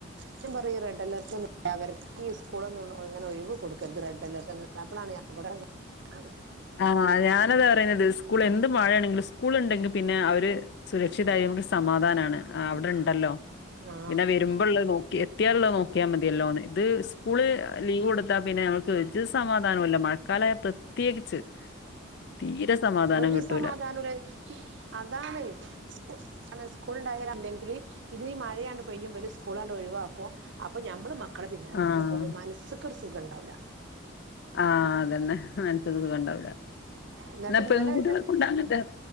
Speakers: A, on the right; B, on the left.
A: ത്യം പറഞ്ഞ ഈ റെഡ്അലെർട് ഒന്നും <unintelligible> കൂളൊന്നും അങ്ങനെ ഒഴിവ് കൊടുക്കര്ത് റെഡ്അലെർട് ത <unintelligible>
B: ആ ഞാനതാ പറയുന്നത് സ്കൂൾ എന്ത് മഴയാണെങ്കിലും സ്കൂൾ ഇണ്ടെങ്കിൽ പിന്നെ അവര് സുരക്ഷിതായി നമുക്ക് സമാധാനാണ് ആ അവിടെ ഇണ്ടല്ലോ
A: ആ
B: പിന്നെ വരുമ്പോള്ള നോ എത്തിയാലള്ളോ നോക്കിയാ മതിയല്ലോ ന്ന് അത് സ്കൂള് ലീവ് കൊടുത്ത ത്താ പിന്നെ നമുക്ക് ഒരു സമാധാനോം ഇല്ല മഴക്കാലായ പ്രത്യേകിച്ച് തീരെ സമാധാനം
A: ഒരു
B: കിട്ടൂല
A: സമാധാനുല്ല അതാണ് ഉസ് <unintelligible> സ്കൂള് ഉണ്ടായൽ അല്ലെങ്കില് ഇത് ഈ മഴയാണ് പെയ്യുമ്പല് സ്കൂളാണ്ട് ഒഴിവാക്കും അപ്പൊ ഞമ്മള് മ മക്കളെ പിന്നാലെ
B: ആഹ്
A: നമ്മള് പോണം മനസ്ക്കൊരു സുഖം ഉണ്ടാവില്ല
B: ആഹ് അതന്നെ മനസ്സിനൊരു സുഖം ഇണ്ടാവില്ല
A: എന്നിട്ട്
B: എന്നാ പെൺകുട്ടികളെ
A: ഇന്നലെ എന്റെ
B: കൊണ്ടങ്ങനത്തെ